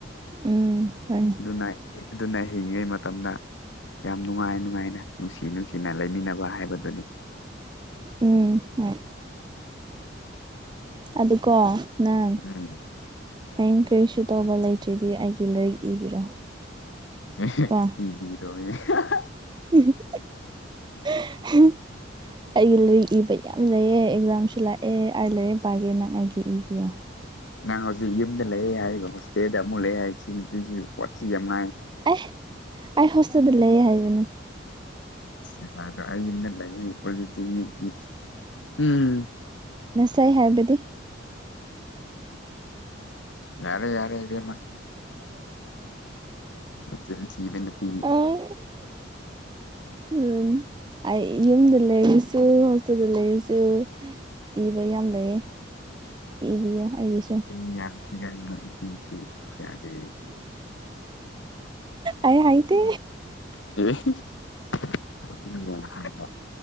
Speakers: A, on the right; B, on the left.
A: ꯎꯝ ꯇꯥꯏ
B: ꯅꯨꯡꯉꯥꯏ ꯍꯦ ꯑꯗꯨꯅ ꯍꯤꯡꯉꯤꯉꯩ ꯃꯇꯝꯗ ꯌꯥꯝ ꯅꯨꯡꯉꯥꯏ ꯅꯨꯡꯉꯥꯏꯅ ꯅꯨꯡꯁꯤ ꯅꯨꯡꯁꯤꯅ ꯂꯩꯃꯤꯟꯅꯕ ꯍꯥꯏꯕꯗꯨꯅꯤ
A: ꯎꯝ ꯍꯣꯏ ꯑꯗꯨꯀꯣ ꯅꯪ
B: ꯎꯝ
A: ꯍꯌꯦꯡ ꯀꯔꯤꯁꯨ ꯇꯧꯕ ꯂꯩꯇ꯭ꯔꯗꯤ ꯑꯩꯒꯤ ꯂꯥꯏꯔꯤꯛ ꯏꯕꯤꯔꯣ
B: ꯑꯦꯍꯦ
A: ꯀꯣ
B: ꯏꯕꯤꯔꯣꯌꯦ ꯑꯍꯥ ꯍꯥ
A: <unintelligible> ꯑꯩꯒꯤ ꯂꯥꯏꯔꯤꯛ ꯏꯕ ꯌꯥꯝ ꯂꯩꯌꯦ ꯑꯦꯛꯖꯥꯝꯁꯨ ꯂꯥꯛꯑꯦ ꯑꯩꯥꯏ ꯂꯥꯏꯔꯛ ꯄꯥꯒꯦ ꯅꯪ ꯑꯩꯒꯤ ꯏꯕꯤꯌꯣ
B: ꯅꯪ ꯍꯧꯖꯤꯛ ꯌꯨꯝꯗ ꯂꯩꯑꯦ ꯍꯥꯏꯔꯒ ꯍꯣꯁꯇꯦꯜꯗ ꯑꯃꯨꯛ ꯂꯩꯑꯦ ꯍꯥꯏꯁꯤ ꯅꯨꯄꯤꯁꯤ ꯋꯥꯊꯤ ꯌꯥꯝ ꯉꯥꯏ
A: ꯑꯩ ꯑꯩ ꯍꫭꯁꯇꯦꯜꯗ ꯂꯩꯌꯦ ꯍꯥꯏꯕꯅꯤ
B: ꯏꯁꯥꯗꯣ ꯑꯩ ꯌꯨꯝꯗ ꯂꯩ ꯄꯣꯂꯤꯇꯦꯛꯅꯤꯛꯀꯤ ꯎꯝ
A: ꯉꯁꯥꯏ ꯍꯥꯏꯕꯗꯤ
B: ꯌꯥꯔꯦ ꯌꯥꯔꯦ ꯏꯕꯦꯝꯃ ꯃꯆꯤꯟ ꯊꯤꯕ ꯅꯨꯄꯤ
A: ꯑꯥ ꯎꯝ ꯑꯩ ꯌꯨꯝꯗ ꯂꯩꯔꯥꯁꯨ ꯍꯣꯁꯇꯦꯜꯗ ꯂꯩꯔꯁꯨ ꯏꯕ ꯌꯥꯝ ꯂꯩꯌꯦ ꯏꯕꯤꯌꯨ ꯑꯩꯒꯤꯁꯨ
B: ꯃꯤ ꯌꯥꯝ ꯀꯤꯒꯟꯕ ꯅꯨꯄꯤꯖꯤ ꯌꯥꯗꯦ
A: ꯑꯩ ꯍꯥꯏꯗꯦ
B: ꯑꯦ